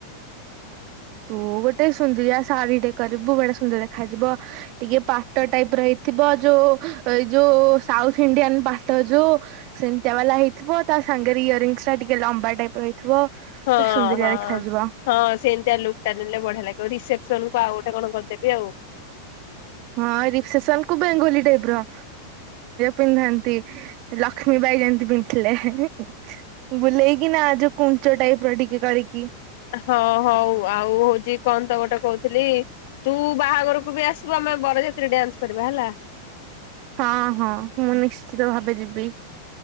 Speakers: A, on the right; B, on the left.
A: ତୁ ଗୋଟେ ସୁନ୍ଦରିଆ ଶାଢୀ ଟେ କରିବୁ ବଡେ ସୁନ୍ଦର ଦେଖାଯିବ। ଟିକେ ପାଟ ଟାଇପ୍ ର ହେଇଥିବ ଯୋଉ ଏ ଯୋଉ ସାଉଥ ଇଣ୍ଡିଆନ୍ ପାଟ ଯୋଉ ସେମିତିଆ ବାଲା ହେଇଥିବ ତା ସାଙ୍ଗେରେ ଇୟରିଙ୍ଗସ ଟା ଟିକେ ଲମ୍ବା ଟାଇପ ର ହେଇ ଥିବ ପୁରା
B: ହଁ
A: ସୁନ୍ଦରଆ
B: ହଁ।
A: ଦେଖାଯିବ।
B: ହଁ ସେମିତିଆ ଲୁକ୍ ଟା ନେଲେ ବଢିଆ ଲାଗିବ। ରିସେପସନକୁ ଆଉ ଗୋଟେ କଣ କରିଦେବି ଆଉ।
A: ହଁ ରିପସେସନକୁ ବେଙ୍ଗୁଲି ଟାଇପ ର। ପିନ୍ଧନ୍ତି ଲକ୍ଷ୍ମୀ ବାଇ ଯେମିତି ପିନ୍ଧିଥିଲେ ହେଁ ହେଁ। ବୁଲେଇକି ନା ଯୋଉ କୁଞ୍ଚ ଟାଇପର ଟିକେ କରିକି
B: ହଁ ହଉ ଆଉ ହଉଛି କଣ ତ ଗୋଟେ କହୁଥିଲି ତୁ ବାହାଘରକୁ ବି ଆସିବୁ ଆମେ ବରଜାତିରେ ଡ୍ୟାନ୍ସ କରିବା ହେଲା।
A: ହଁ ହଁ ମୁଁ ନିଶ୍ଚିତ ଭାବେ ଯିବି।